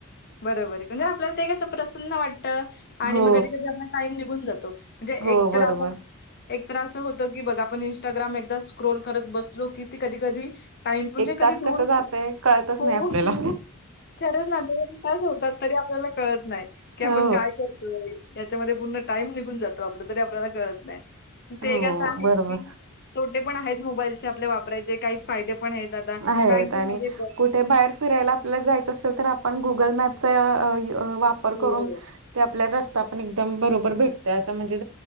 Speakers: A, on the left; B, on the right.
A: बरोबर आहे म्हणजे आपल्याला ते कसं प्रसन्न वाटतं आणि
B: हो
A: मग कधी कधी आपला टाइम निघून जातो. म्हणजे
B: हो
A: एकतर
B: बरोबर
A: असं एक तर असं होतं की बघा आपण इंस्टाग्राम एकदा स्क्रोल करत बसलो किती कधी कधी, टाईम म्हणजे
B: एक
A: कधी
B: तास कसं
A: दोन
B: जातय कळतच
A: हो
B: नाही आपल्याला.
A: खरच ना दोन आपल्या कळत नाही
B: हो
A: आपण काय कर याच्यामध्ये पूर्ण टाईम निघून जातो आपलं तरी आपल्याला कळत नाय. ते
B: हो
A: एक असं आहे
B: बरोबर
A: की तोटे पण आहेत मोबाईलचे आपल्या वापरायचे काही. फायदे पण आहेत आता
B: आहेत
A: बँकेमध्ये
B: आणि
A: पण
B: कुठे बाहेर फिरायला आपल्याला जायच असेल तर आपण गुगल मॅपचा वापर
A: हो,
B: करून,
A: हो.
B: ते आपल्याला रस्ता पण एकदम बरोबर भेटत असं म्हणजे